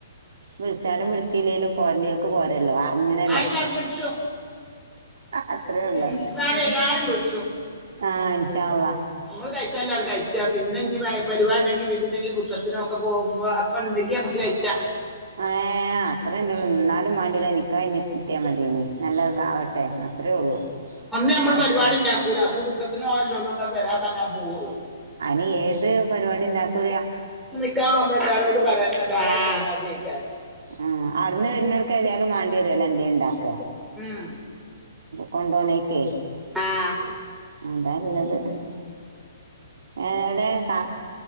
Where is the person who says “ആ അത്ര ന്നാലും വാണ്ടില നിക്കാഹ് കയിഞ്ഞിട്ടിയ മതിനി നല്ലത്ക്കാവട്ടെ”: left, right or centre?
Right